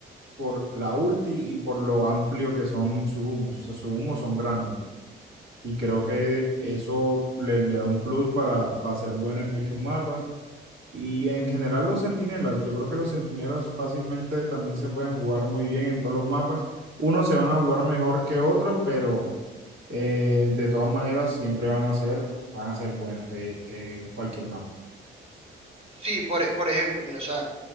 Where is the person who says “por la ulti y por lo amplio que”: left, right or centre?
Right